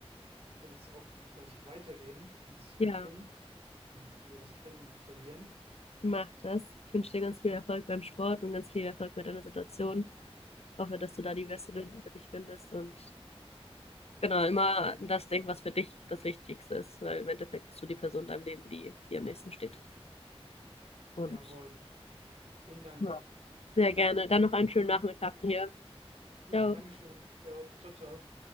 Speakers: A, on the right; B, on the left.
A: Ich würde jetzt auch gleich weitergehen ins
B: Ja,
A: Gym und ein gutes Training absolvieren.
B: mach das. Ich wünsche dir ganz viel Erfolg beim Sport und ganz viel Erfolg mit deiner Situation. Hoffe, dass du da die beste Lösung für dich findest und Genau, immer an das denken, was für dich das Wichtigste ist, weil im Endeffekt bist du die Person in deinem Leben, die dir am nächsten steht. Und
A: Jawohl, vielen Dank.
B: Ja. sehr gerne. Dann noch einen schönen Nachmittag hier.
A: <laughs>
B: Ciao.
A: Dankeschön, wünsche ich dir auch. Ciao, ciao.